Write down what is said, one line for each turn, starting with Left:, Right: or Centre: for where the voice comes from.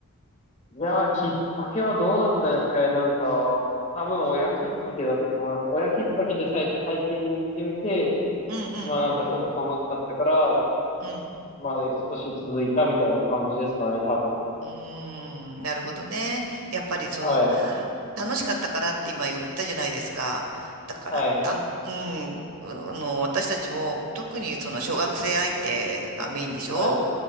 Left: <laughs> いやー、きっかけはどうだったんですかね。なんか、多分親きっかけだったと思います。親きっかけで最初体験に行ってみて、
Right: うん
Left: まあなんかちょっと楽しかったから、
Right: うん、うん。
Left: まあ少し続いたみたいな感じですかね、多分。
Right: うーん、なるほどね。やっぱりその、
Left: はい。
Right: 楽しかったからって今言ったじゃないですか。だから、
Left: はい、
Right: たん、うん、あの、私たちも特にその小学生相手がメインでしょ
Left: はい、